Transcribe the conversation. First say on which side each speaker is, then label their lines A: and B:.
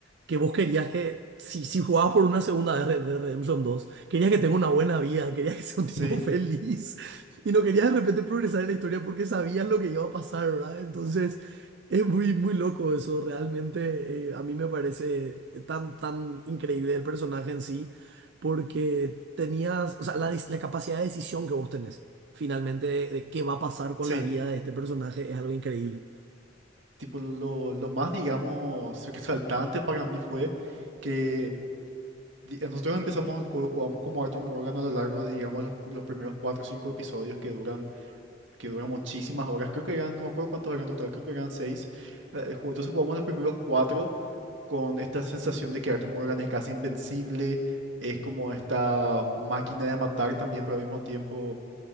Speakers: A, on the right; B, on the right.
A: que vos querías que, si, si jugabas por una segunda vez Red Dead Redemption dos querías que tenga una buena vida, querías que sea
B: sí,
A: un tipo <laughs> feliz y no querías de repente progresar en la historia porque sabías lo que iba a pasar, ¿verdad? Entonces es muy, muy loco eso, realmente eh, a mí me parece tan, tan increíble el personaje en sí porque tenías, o sea, la, des- la capacidad de decisión que vos tenés finalmente de de qué va a pasar con
B: sí,
A: la vida de este personaje es algo increíble.
B: tipo lo, lo- lo más, digamos, resaltante para mí fue que di- nosotros empezamos el juego, jugamos como Arthur Morgan a lo largo de, digamos, los, los primeros cuatro o cinco episodios que duran, que duran muchísimas horas. Creo que eran, no me acuerdo cuántos eran en total, creo que eran seis. Eh, ju- entonces jugamos los primeros cuatro. con esta sensación de que Arthur Morgan es casi invencible, es como esta máquina de matar también, pero al mismo tiempo